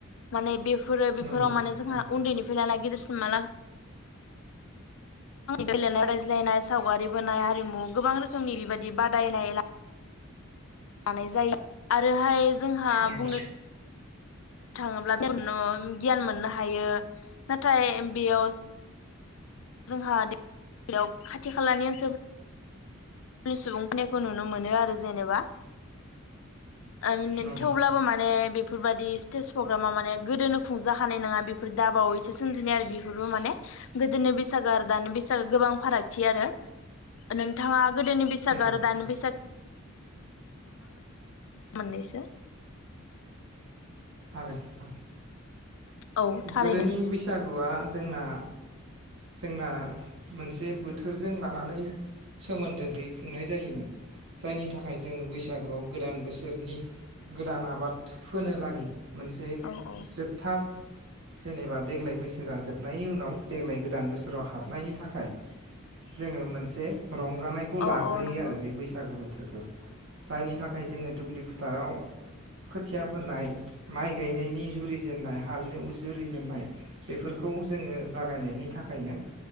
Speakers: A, on the left (about 70°); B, on the right (about 65°).
A: माने बेफोरो बेफोराव
B: नंगौ
A: माने जोंहा
B: औ
A: उन्दैनिफ्राय लाना गिदिरसिम माला गेलेनाय रायज्लायनाय सावगारि बोनाय हारिमु गोबां रोखोमनि बेबायदि बादायनाय ला लानाय जायो आरोहाय जोंहा
B: नंगौ
A: बुंनो थांङोब्ला <inaudible> नो गियान मोननो हायो नाथाय बेयाव‌ जोंहा <inaudible> खाथि खालानि <inaudible> सुबुं फैनायखौ नुनो मोनो आरो जेनेबा उम्म
B: नंगौ
A: थेवब्लाबो माने बेफोरबादि स्टेस फग्रामाव माने गोदोनो खुंजाखानाय नङा बेफोर दा बावैसो सोमजिनाय आरो बेफोरबो माने गोदोनि बैसागो आरो दानि बैसागो गोबां फारागथि आरो नोंथांङा गोदोनि बैसागो
B: नंगौ
A: आरो दानि
B: नंगौ
A: बैसागो <inaudible> मोननैसो
B: हागोन ओं
A: औ थारैनो
B: गोदोनि बैसागुआ जोंना जोंना मोनसे बोथोरजों लानानै सोमोन्दोहै खुंनाय जायोमोन जायनि थाखाय जोङो बैसागोआव गोदान बोसोरनि गोदान आबाद फोनो लागि मोनसे
A: औ औ
B: जोबथा जेनेबा देग्लाय बोसोरा जोबनायनि उनाव देग्लाय गोदान बोसोराव हाबनायनि थाखाय जोङो मोनसे रंजानायखौ
A: औ
B: लाग्रोयो
A: औ नंगौ
B: आरो बे बैसागु बोथो <unintelligible> जायनि थाखाय जोङो दुब्लि फोथाराव खोथिया फोनाय माइ गायनायनि जुरिजेननाय हाल एव जुरिजेननाय बेफोरखौ जोंङो जागायनायनि थाखायनो